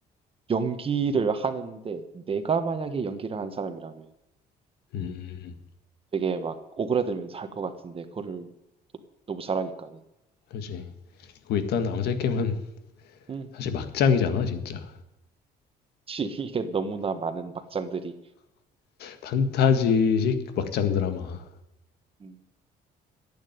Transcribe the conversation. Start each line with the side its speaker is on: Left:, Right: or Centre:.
Right: 연기를 하는데 내가 만약에 연기를 한 사람이라면
Left: 음,
Right: 되게 막 오그라들면서 할 것 같은데 그거를 또 너무 잘하니까는.
Left: 그지. 그리고 일단 앙제
Right: 음.
Left: 게임은
Right: 음.
Left: 사실 막장이잖아, 진짜.
Right: 치, <laughs> 이게 너무나 많은 막장들이.
Left: 판타지식
Right: 음,
Left: 막장
Right: 음,
Left: 드라마.
Right: 음.